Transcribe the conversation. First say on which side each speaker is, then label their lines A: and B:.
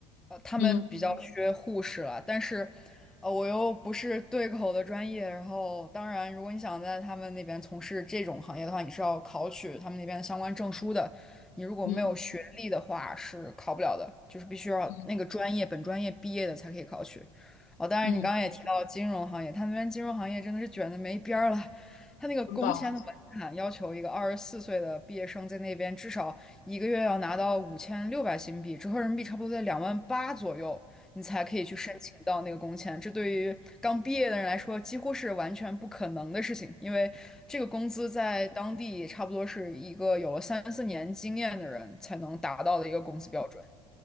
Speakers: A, in the centre; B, on the left (about 50°).
A: 呃，他们比较缺护士了。
B: 嗯
A: 但是，呃，我又不是对口的专业，然后当然，如果你想在他们那边从事这种行业的话，你是要考取他们那边的相关证书的。你如果没有学历的话，
B: 嗯
A: 是考不了的，就是必须要那个专业本专业毕业的才可以考取。
B: 嗯，
A: 哦，当然，
B: 嗯，
A: 你刚刚也提到金融行业，他们那边金融行业真的是卷的没边儿了。他那个工签的门槛要求一个二十四岁的毕业生在那边至少一个月要拿到五千六百新币，
B: 很饱和。
A: 折合人民币差不多在两万八左右，你才可以去申请到那个工签。这对于刚毕业的人来说，几乎是完全不可能的事情，因为这个工资在当地差不多是一个有了三四年经验的人才能达到的一个工资标准。